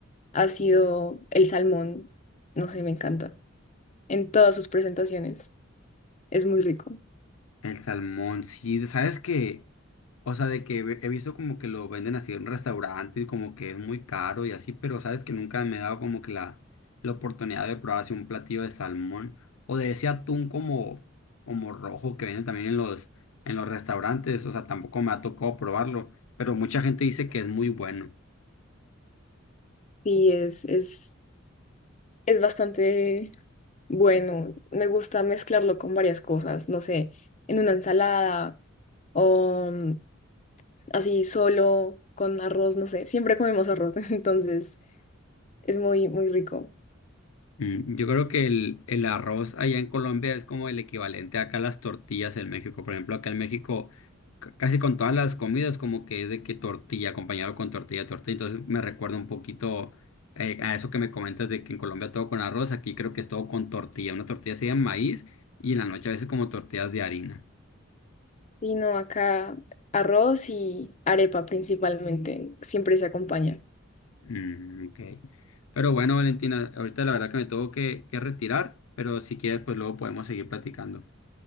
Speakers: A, on the left; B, on the left.
A: ha sido el salmón. No sé, me encanta. En todas sus presentaciones. Es muy rico.
B: El salmón, sí, sabes que, o sea, de que ve- he visto como que lo venden así en restaurantes y como que es muy caro y así, pero sabes que nunca me he dado como que la, la oportunidad de probar así un platillo de salmón o de ese atún como, como rojo que venden también en los, en los restaurantes, o sea, tampoco me ha tocado probarlo, pero mucha gente dice que es muy bueno.
A: Sí, es, es, es bastante bueno. Me gusta mezclarlo con varias cosas, no sé, en una ensalada o mm, así solo, con arroz, no sé, siempre comemos arroz, <laughs> entonces es muy, muy rico.
B: Mm, Yo creo que el, el arroz allá en Colombia es como el equivalente acá a las tortillas en México. Por ejemplo, acá en México, c- casi con todas las comidas, como que es de que tortilla, acompañado con tortilla, tortilla. Entonces me recuerda un poquito eh, a eso que me comentas de que en Colombia todo con arroz, aquí creo que es todo con tortilla. Una tortilla sea de maíz y en la noche a veces como tortillas de harina.
A: Y no, acá arroz y arepa principalmente, siempre se acompaña.
B: Mm, ok. Pero bueno, Valentina, ahorita la verdad que me tengo que, que retirar, pero si quieres, pues luego podemos seguir platicando.